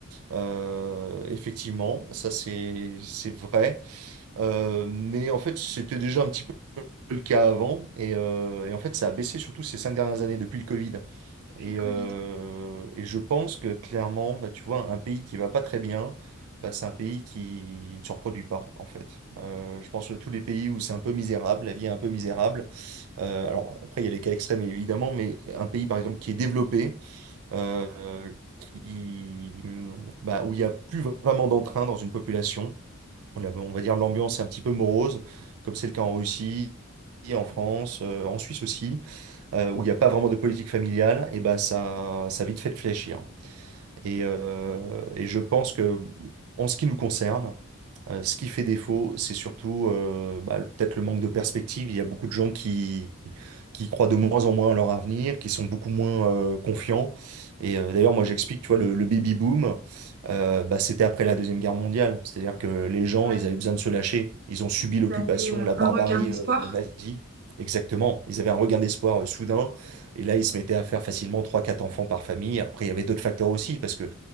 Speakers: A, on the right; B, on the right.
A: Euh, effectivement, ça c'est c'est vrai. Euh, mais en fait, c'était déjà un petit peu le cas avant. Et, euh, et en fait, ça a baissé surtout ces cinq dernières années depuis le Covid.
B: Depuis
A: Et,
B: le Covid,
A: euh,
B: oui,
A: et je pense que clairement, bah, tu vois, un pays qui va pas très bien, bah, c'est un pays qui ne se reproduit pas, en fait. Euh, je pense que tous les pays où c'est un peu misérable, la vie est un peu misérable. euh, alors après, il y a les cas extrêmes, évidemment, mais un pays, par exemple, qui est développé, euh, qui, bah, où il n'y a plus vraiment d'entrain dans une population la- on va dire l'ambiance est un petit peu morose, comme c'est le cas en Russie, en France, euh, en Suisse aussi, euh, où il n'y a pas vraiment de politique familiale, et ben ça, ça a vite fait de fléchir. Et, euh, et je pense que, en ce qui nous concerne, euh, ce qui fait défaut, c'est surtout euh, bah, peut-être le manque de perspective. Il y a beaucoup de gens qui, qui croient de moins en moins à leur avenir, qui sont beaucoup moins euh, confiants. Et euh, d'ailleurs, moi, j'explique, tu vois, le, le baby boom, euh, bah, c'était après la Deuxième Guerre mondiale. C'est-à-dire que les gens,
B: c'est vrai.
A: ils avaient besoin de se lâcher. Ils ont subi
B: Ils
A: l'occupation,
B: avaient euh,
A: la barbarie
B: un regain d'espoir.
A: euh, nazie. Exactement. Ils avaient un regain d'espoir euh, soudain. Et là, ils se mettaient à faire facilement trois, quatre enfants par famille. Après, il y avait d'autres facteurs aussi, parce que